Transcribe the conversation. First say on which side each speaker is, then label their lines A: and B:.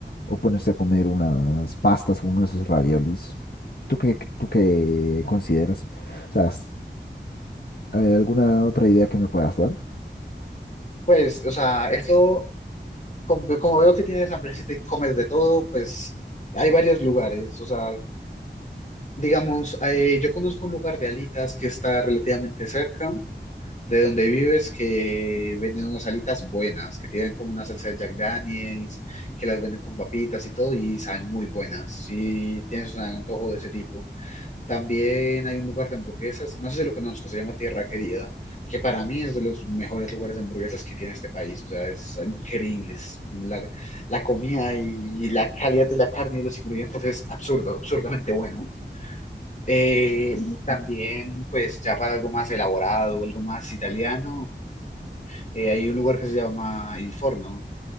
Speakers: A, on the left (about 55°); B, on the left (about 40°).
A: o ponerse a comer unas pastas, uno de esos raviolis. ¿Tú qué, tú qué consideras? O sea, ¿has- ¿hay alguna otra idea que me puedas dar?
B: Pues, o sea, eso, como, como veo que tienes hambre, si te comes de todo, pues hay varios lugares. O sea, digamos, eh, yo conozco un lugar de alitas que está relativamente cerca de donde vives, que venden unas alitas buenas, que tienen como una salsa de Jack Daniels, que las venden con papitas y todo, y saben muy buenas. Si tienes un antojo de ese tipo. También hay un lugar de hamburguesas, no sé si lo conozco, se llama Tierra Querida, que para mí es de los mejores lugares de hamburguesas que tiene este país. O sea, es increíble. es la, la comida y la calidad de la carne y los ingredientes es absurdo, absurdamente bueno. Eh, también, pues ya para algo más elaborado, algo más italiano, eh, hay un lugar que se llama Il Forno,